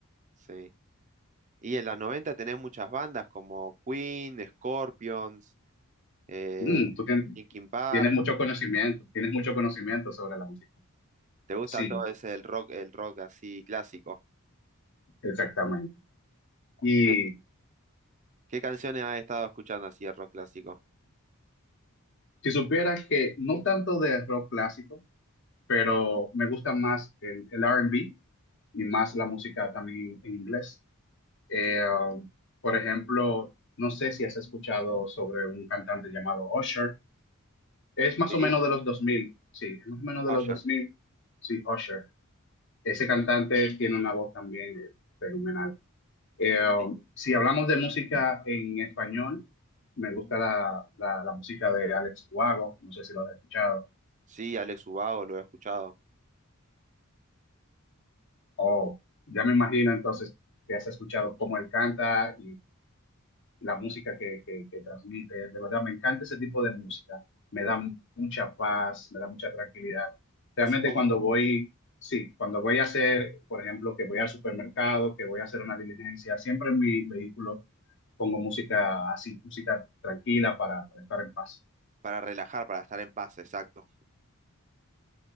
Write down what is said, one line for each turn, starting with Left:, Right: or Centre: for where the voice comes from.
Right: sí. Y en los 90 tenés muchas bandas como Queen, Scorpions, eh,
Left: Mm, tú tienes,
Right: Linkin Park.
Left: tienes mucho conocimiento, tienes mucho conocimiento sobre la música.
Right: ¿Te gusta
Left: Sí,
Right: todo ese el rock, el rock así clásico?
Left: exactamente. Y
Right: ¿Y qué, qué canciones has estado escuchando así de rock clásico?
Left: si supieras que no tanto de rock clásico, pero me gusta más el, el R&B y más la música también en inglés. Eh, um, por ejemplo, no sé si has escuchado sobre un cantante llamado Usher. Es más
Right: Sí,
Left: o menos de los 2000. sí, es más o menos de
Right: Usher.
Left: los dos mil. sí, Usher. Ese cantante tiene una voz también fenomenal. Eh,
Right: Sí,
Left: si hablamos de música en español, me gusta la, la- la música de Alex Huago, no sé si lo has escuchado,
Right: Sí, Alex Ubago lo he escuchado.
Left: o ya me imagino entonces que has escuchado cómo él canta la música que, que, que transmite. De verdad, me encanta ese tipo de música. Me da mu- mucha paz, me da mucha tranquilidad. Realmente
Right: Así como
Left: cuando voy, sí, cuando voy a hacer, por ejemplo, que voy al supermercado, que voy a hacer una diligencia, siempre en mi vehículo pongo música así, música tranquila para, para estar en paz.
Right: para relajar, para estar en paz, exacto.